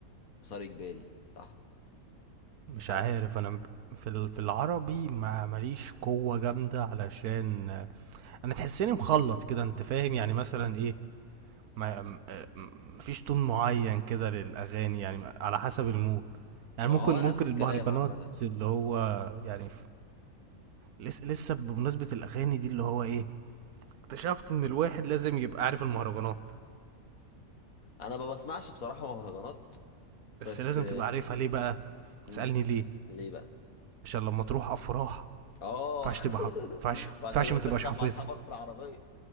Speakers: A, on the left; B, on the right.
A: مسار اجباري صح
B: مش
A: عارف
B: عارف انا في ال- في العربي ما ماليش قوة جامدة علشان آه، انا تحسني مخلط كده انت فاهم يعني مثلا ايه ما م- آه، م- مفيش تون معين كده للاغاني يعني على حسب المود يعني
A: ما
B: ممكن
A: هو
B: ممكن
A: نفس الكلام
B: المهرجانات
A: عامة
B: اللي هو يعني لسه لسه بمناسبة الأغاني دي اللي هو إيه اكتشفت إن الواحد لازم يبقى عارف المهرجانات
A: انا ما بسمعش بصراحة مهرجانات
B: بس
A: بس
B: لازم تبقى عارفها ليه بقى
A: مم.
B: اسألني ليه
A: ليه بقى
B: عشان لما تروح أفراح
A: اه
B: ما ينفعش تبقى حافظ ما
A: <laughs>
B: ينفعش ما
A: وعشان
B: ينفعش
A: لما
B: ما
A: تركب
B: تبقاش حافظها
A: مع اصحابك في العربية